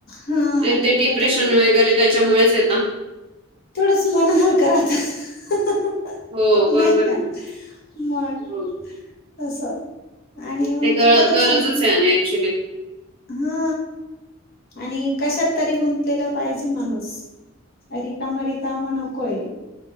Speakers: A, on the left; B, on the right.
A: हा
B: अदी
A: तेवढं
B: डिप्रेशन
A: तरी
B: वगैरे त्याच्यामुळेच येत
A: थोडंच मन हलक राहतात
B: हो बरोबर
A: नाही का
B: आहे ना.
A: मग
B: हो.
A: तस आणि मग
B: ते ग
A: परत
B: गरजच
A: सांग
B: आहे आणि ऍक्च्युली
A: हा आणि कशात तरी गुंतलेला पाहिजे माणूस अ रिकामा रिकामा नकोय